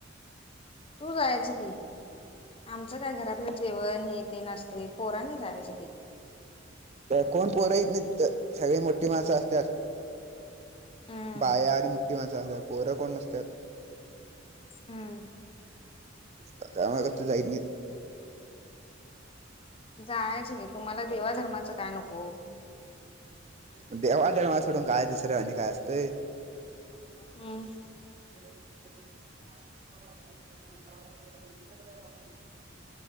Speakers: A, on the left; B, on the right.
A: तू जायच की आमचं काय घरातलं जेवण हे ते नसते पोरांनी जायचं की
B: कोण पोर येत नाहीत तिथ सगळे मोठी माणसं असतात
A: हम्म
B: बाया आणि मोठी माणसं असतात पोर कोण नसतात
A: हम्म
B: का का माहीत जाईत न
A: जायच कि तुम्हाला देवा धर्माचं काय नको
B: देव देव धर्माचे सोडून काय दुसरं आणि काय असंय
A: हम्म
B: ल ल <inaudible> नाही